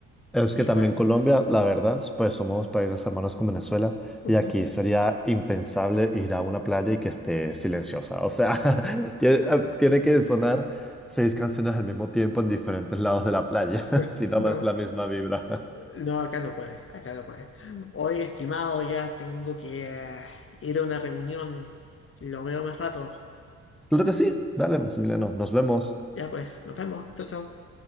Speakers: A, in the centre; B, on the left (about 40°).
A: Es
B: Y
A: que también
B: bueno,
A: Colombia, la verdad, pues somos países hermanos con Venezuela
B: ujú.
A: y aquí sería impensable ir a una playa y que esté silenciosa. O sea, <laughs> tie- eh, tiene que sonar seis canciones al mismo tiempo en diferentes lados de la playa, <laughs>
B: <laughs>
A: si no,
B: No,
A: no es la misma vibra. <laughs>
B: no, acá no puede, acá no puede. Oiga, estimado, ya tengo que eh, ir a una reunión. Lo veo más rato.
A: Claro que sí, dale, Maximiliano, nos vemos.
B: Ya pues, nos vemos. Chau, chau.